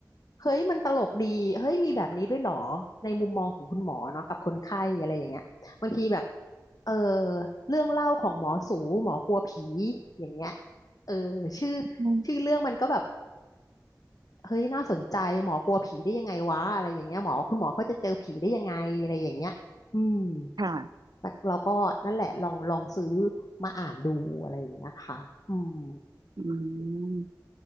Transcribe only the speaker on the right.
อืม
ค่ะ
อืม